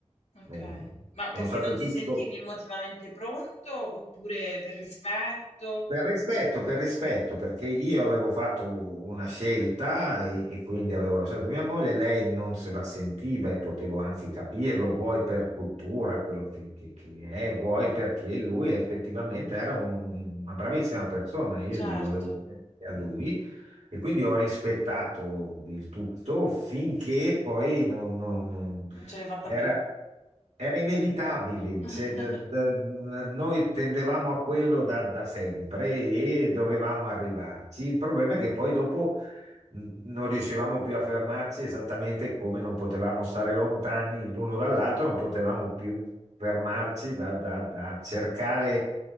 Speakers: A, on the left; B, on the right.
A: Okay.
B: eh,
A: Ma
B: sono
A: perché
B: stato
A: non ti
B: tutto.
A: sentivi emotivamente pronto, oppure per rispetto?
B: Per rispetto, per rispetto, perché io avevo fatto una scelta e, e quindi avevo lasciato mia moglie, lei non se la sentiva e potevo anche capirlo, vuoi per cultura, quello che, che- che è, vuoi perché lui effettivamente era un- una bravissima persona, io
A: Certo,
B: gli volevo bene a lui e quindi ho rispettato il tutto finché poi non, non- non-
A: non ce l'hai fatta
B: era,
A: più.
B: era inevitabile,
A: <laughs>
B: cioè, d- d- noi tendevamo a quello da, da sempre e dovevamo arrivarci. Il problema è che poi dopo n- non riuscivamo più a fermarci esattamente come non potevamo stare lontani l'uno dall'altro, non potevamo più fermarci da, da- da cercare